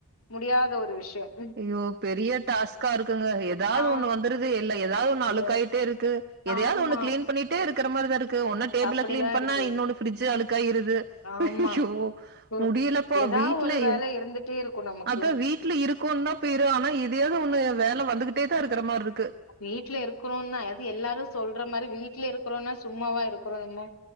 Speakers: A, on the left; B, on the right.
A: முடியாத ஒரு விஷயம்
B: ஐயோ பெரிய டாஸ்கா இருக்குங்க ஏதாவது
A: ஆ
B: ஒண்ணு வந்துருது இல்ல ஏதாவது ஒண்ணு அழுக்காயிட்டே
A: எ
B: இருக்கு எதயாவது
A: ஆமா
B: ஒன்னு கிளீன் பண்ணிட்டே இருக்க மாறிதா ஒன்னு டேபிள
A: அப்டிதா
B: கிளீன் பண்ணா
A: இருக்கு
B: இன்னொன்னு பிரிட்ஜ் அழுக்காயிருது
A: ஆமா
B: ஹையோ
A: ம்
B: முடியலப்போ
A: ஏதா
B: வீட்லய
A: ஒரு வேல இருந்துட்டே இருக்கு நமக்கு
B: அத வீட் வீட்ல இருக்கோம்னு தான் பேரு ஆனா எதையாவது ஒண்ணு வேலை வந்துகிட்டே தா இருக்கற‌மாறி இருக்கு
A: வீடல இருக்கிறோம்னா எல்லாரும் சொல்ற மாறி வீடல இருக்கறோனா சும்மாவா இருக்கிறோம் நம்ம